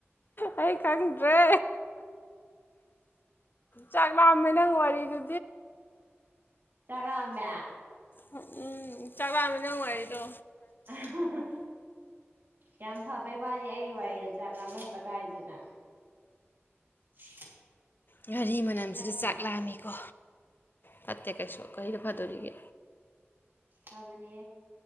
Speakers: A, on the left (about 45°); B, on the right (about 50°).
A: ꯑꯩ ꯈꯪꯗ꯭ꯔꯦ ꯆꯥꯛ ꯂꯥꯛꯑꯝꯃꯦ ꯅꯪ ꯋꯥꯔꯤꯗꯨ
B: ꯆꯛ ꯂꯥꯝꯃꯦ
A: ꯎꯝ ꯆꯥꯛ ꯂꯥꯃꯦ ꯅꯪ ꯋꯥꯔꯤꯔꯤꯗꯣ
B: ꯑ <unintelligible> ꯌꯥꯝ ꯐꯕꯩ ꯋꯥꯅꯤ ꯑꯩ ꯋꯥꯔꯤꯗ ꯆꯥꯛ ꯂꯥꯝꯃꯟꯕ ꯀꯥꯏꯁꯤꯅ <inaudible>
A: ꯉꯥꯔꯤ ꯃꯅꯝꯁꯤꯗ
B: ꯐꯠꯇ꯭ꯔꯥ
A: ꯆꯥꯛ ꯂꯥꯑꯝꯃꯤꯀꯣ ꯐꯠꯇꯦ ꯀꯩꯁꯨ ꯀꯔꯤꯗ ꯐꯗꯣꯔꯤꯒꯦ
B: ꯊꯕꯅꯤ